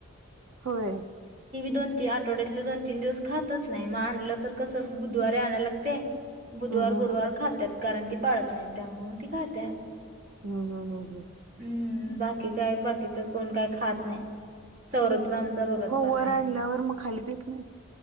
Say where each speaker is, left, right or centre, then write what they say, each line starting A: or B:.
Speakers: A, on the right; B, on the right.
A: होय,
B: दोन तीन आठवड्यातले दोन तीन दिवस खातच नाही मग आणलं तर कसं बुधवारी आणयला लागते. बुधवार
A: हम्म,
B: गुरुवार
A: हम्म.
B: खातात कारण ती पाळत नाही त्यामु ती खातात
A: हम् हम् हम्
B: हम्म बाकी काय बाकीच कोण काय खात नाही. सौरभ तर आमचा बघत
A: मग
B: पण
A: वर
B: नाही
A: आणल्यावर मग खाली देत नाहीत